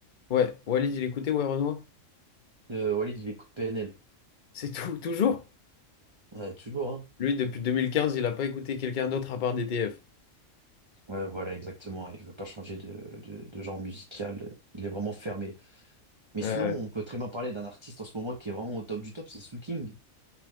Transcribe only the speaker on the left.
Ouais, Walid, il écoutait Ouais Renoir.
C'est tout, toujours?
Lui, depuis 2015, il a pas écouté quelqu'un d'autre à part DTF.
Euh,